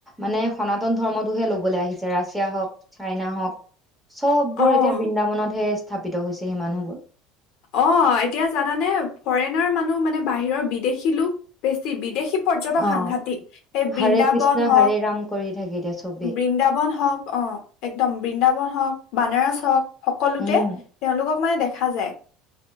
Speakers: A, in the centre; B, on the left.
A: মানে সনাতন ধৰ্মটোহে ল'বলৈ আহিছে ৰাছিয়া হওক চাইনা হওক চব বোৰ
B: অ'
A: এতিয়া বৃন্দাবনতহে আছে স্থাপিত হৈছে সেই মানুহবোৰ
B: অ এতিয়া জানানে ফৰেনাৰ মানুহ মানে বাহিৰৰ বিদেশী লোক বেছি বিদেশী পৰ্যটক
A: অ
B: সাংঘাতিক এই বৃন্দাবন
A: হৰে কৃষ্ণ
B: হওক
A: হৰে ৰাম কৰি থাকে এতিয়া চবেই
B: বৃন্দাবন হওক অ একদম বৃন্দাবন হওক বানাৰস চওক <inaudible> সকলোতে
A: উম
B: তেওঁলোকক মানে দেখা যায়